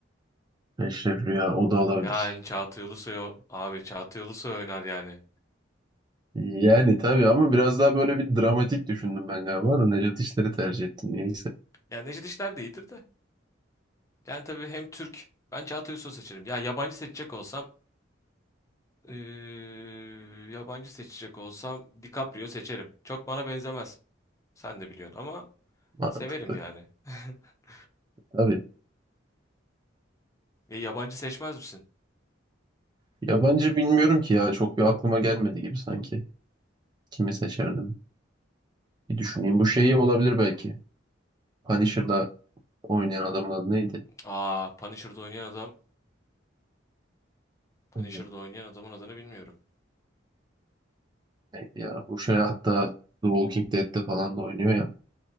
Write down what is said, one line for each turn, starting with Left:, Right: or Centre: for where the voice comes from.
Right: Eşref Rüya o da olabilir.
Left: Yani Çağatay Ulusoy o- abi Çağatay Ulusoy oynar yani.
Right: Yani tabii ama biraz daha böyle bir dramatik düşündüm ben galiba da Necat İşler'i tercih ettim niyeyse.
Left: Yani Necdet İşler de iyidir de. Yani tabii hem Türk. Ben Çağatay Ulusoy seçerim. Ya yabancı seçecek olsam eee, yabancı seçecek olsam DiCaprio seçerim. Çok bana benzemez. Sen de biliyorsun ama
Right: Mantıklı.
Left: severim yani. <laughs>
Right: Tabii.
Left: E, yabancı seçmez misin?
Right: Yabancı bilmiyorum ki ya. Çok bir aklıma gelmedi gibi sanki. Kimi seçerdim? Bir düşüneyim. Bu şeyi olabilir belki. Punisher'da oynayan adamın adı neydi?
Left: Aa, Punisher'da oynayan adam. Punisher'da
Right: Evet,
Left: oynayan adamın adını bilmiyorum.
Right: Neydi ya? Bu şey hatta The Walking Dead'de falan da oynuyor ya.